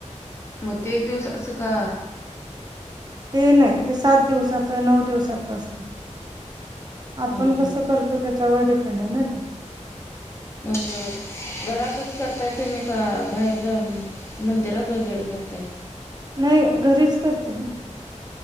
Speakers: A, on the left (about 20°); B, on the right (about 35°).
A: मग ते एक दिवस अस का?
B: ते नाही ते सात दिवसाचं नऊ दिवसाचं असत आपण
A: हा
B: कसं कर तो त्याच्यावर डिपेंड आहे ना ते
A: मग अ घरातच करताय तुम्ही का बाहेर जाऊन? मंदिरात वगैरे करताय?
B: नाही घरीच करते मी.